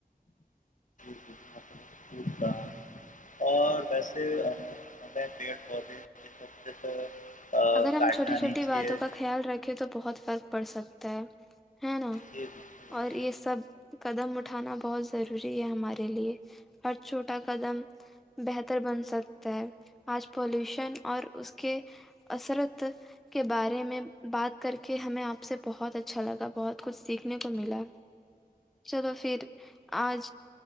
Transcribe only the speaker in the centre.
اگر ہم چھوٹی چھوٹی
باتوں کا خیال رکھیں تو بہت فرق پڑ سکتا ہے ہے نا
اور یہ سب قدم اٹ ھانا بہت ضروری ہے ہمارے لیے ہر چھوٹا قدم بہتر بن سکتا ہے آج پالوشن اور اس کے اصرت کے بارے میں بات کر کے ہمیں آپ سے بہت اچھا لگا بہت کچھ سیکھنے کو ملا چلو پھر آج